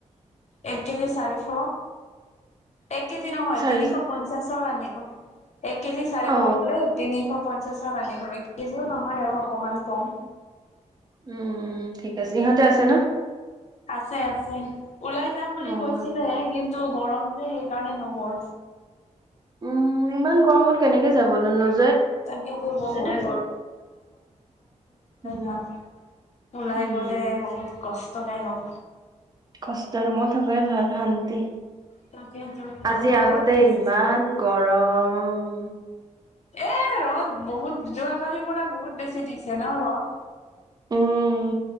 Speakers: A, on the left (about 60°); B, on the right (about 30°).
A: এক কেজি চাৰিশ এক কেজি নহয়
B: চাৰিশ
A: তিনিশ পঞ্চাশৰ আনিলোঁ। এক কেজি চাৰিশ
B: অ
A: বোলে তিনিশ পঞ্চাশ হল আনিলো এক কেজিও নহয় আৰু অকমান কম।
B: উম ঠিক আছে ইহঁতে আছে ন।
A: আছে আছে ওলাই যাম বুলি
B: অ
A: কৈছিলে কিন্তু গৰম যে সেইকাৰণে নগ'ল।
B: উম ইমান গৰমত কেনেকে যাবনো ন।
A: তাকে বৰ নোজাই
B: উম।
A: ভাল। ওলাই
B: উম
A: গ'লে বহুত কষ্টহে হ'ব।
B: কষ্ট ৰুমত থাকাই ভাল শান্তি
A: তাকেতো
B: আজি
A: ৰুমতে
B: আহোতে
A: বেষ্ট।
B: ইমান। গৰম।
A: এ ৰ'দ বহুত যোৱাকালিৰ পৰা বহুত বেছি দিছে ন ৰ'দত।
B: উম।